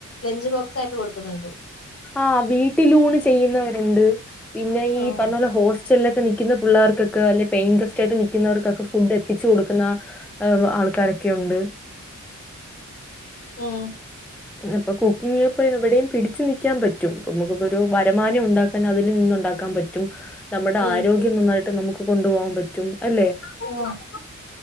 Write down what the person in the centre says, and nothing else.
ആഹ് വീട്ടിലൂണ് ചെയ്യുന്നവരുണ്ട് പിന്നെ ഈ
പറഞ്ഞ പോലെ ഹോസ് സ്റ്റൽലൊക്കെ നിക്ക്ന്ന പുള്ളേർക്കൊക്കെ അല്ലെ പെയിൻകസ്റ്റായിട്ട് നിക്കുന്നവർക്കൊക്കെ ഫുഡ് എത്തിച്ച് കൊടുക്കുന്ന. ഏഹ് ആൾക്കാരൊക്കെ ഉണ്ട്.
അപ്പൊ കുക്കിങ്ങെപ്പഴും എവിടെയും പിടിച്ച് നിക്കാൻ പറ്റും പ്പമ്മക്കിപ്പൊരു വര്മാനം ഉണ്ടാക്കാൻ അതിൽ നിന്നുണ്ടാക്കാൻ പ റ്റും നമ്മുടെ
ആരോഗ്യം നന്നായിട്ട് നമുക്ക് കൊണ്ടുപോകാൻ പറ്റും അല്ലെ. <inaudible>